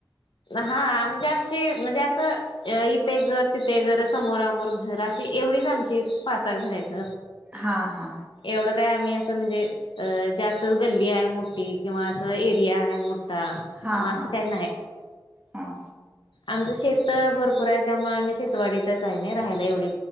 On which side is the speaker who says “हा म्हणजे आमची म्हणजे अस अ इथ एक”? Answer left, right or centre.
Left